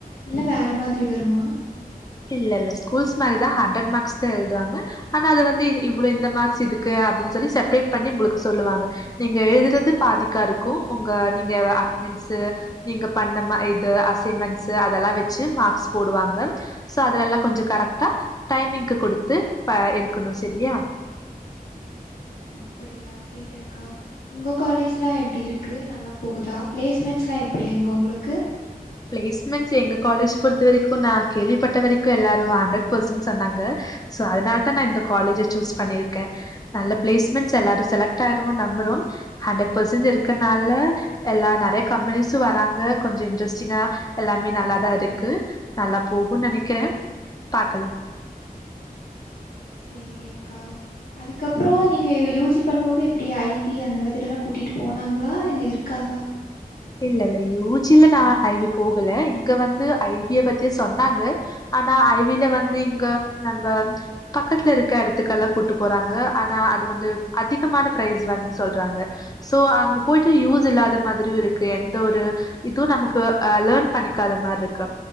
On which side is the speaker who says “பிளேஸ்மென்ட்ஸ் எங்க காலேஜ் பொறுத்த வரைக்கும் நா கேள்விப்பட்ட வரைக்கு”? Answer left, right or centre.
Left